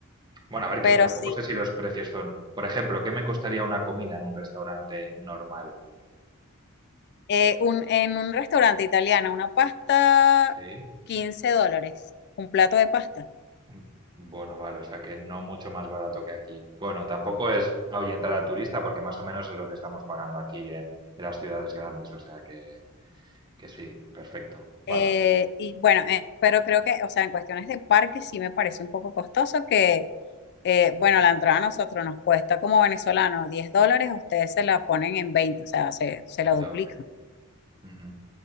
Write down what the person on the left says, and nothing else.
Pero
sí,
eh, un, en un restaurante italiano, una pasta,
15 dólares, un plato de pasta.
Eh, y bueno, eh, pero creo que, o sea, en cuestiones de parques sí me parece un poco costoso que Eh, bueno,
la entrada a nosotros nos cuesta como venezolanos 10 dólares, ustedes se la ponen en veinte o sea, se, se la
duplican.